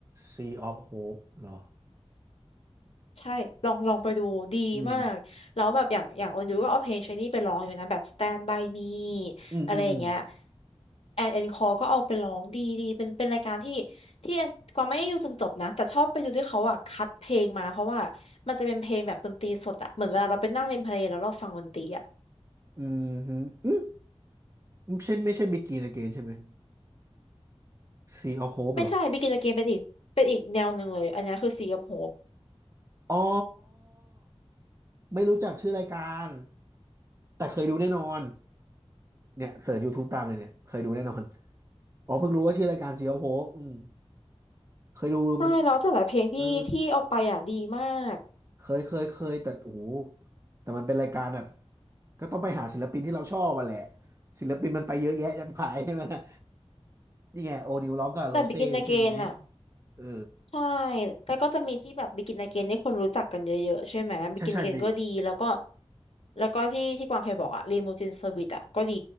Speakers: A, on the right; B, on the left.
A: Sea of Hope เหรอ
B: ใช่ลองลองไปดูดีมากแล้วแบบอย่างอย่างออนยูก็เอาเพลงชนี่ไปร้องอยู่นะแบบ
A: อืม
B: Stand by me
A: อืมอืมอืม
B: อะไรอย่างเงี้ยแอนแอนคอก็เอาไปร้องดีดีเป็นเป็นรายการที่ที่แอนกวางไม่ได้ดูจนจบนะแต่ชอบไปดูที่เขาอ่ะคัดเพลงมาเพราะว่ามันจะเป็นเพลงแบบดนตรีสดอ่ะเหมือนเวลาเราไปนั่งเล่นเพลงแล้วเราฟังดนตรีอ่ะ
A: อืมอืมฮึอืมไม่ใช่ไม่ใช่ Begin Again ใช่ไหม Sea of Hope
B: ไม่ใช่
A: เหรอ
B: Begin Again เป็นอีกเป็นอีกแนวหนึ่งเลยอันนี้คือ Sea of Hope
A: อ๋อไม่รู้จักชื่อรายการแต่เคยดูแน่นอน เนี่ยเสิร์ช YouTube ตามเลยเนี่ยเคยดูแน่นอนอ๋อเพิ่งรู้ว่าชื่อรายการซีออฟโฮปอืมเคยดูมัน
B: ใช่แล้วแต่ละเพลงที่ที่เอาไปอ่ะดีมาก
A: เออเคยเคยเคยแต่โอ้โหแต่มันเป็นรายการแบบก็ต้องไปหาศิลปินที่เราชอบอ่ะแหละศิลปินมันไปเยอะแยะจัดไปใช่ไหมล่ะนี่ไงโอนิวร้องกับโรเซ่ใช่ไหม
B: แต่ Begin Again อ่ะ
A: เออ
B: ใช่แล้วก็จะมีที่แบบบิกินอาเกนที่คนรู้จักกันเยอะๆใช่ไหมบิกินอาเกนก็ดีแล้วก็
A: ใช่ใช่บี
B: แล้วก็ที่ที่กวางเคยบอกอะรีมูจินเซอร์วิสอะก็ดี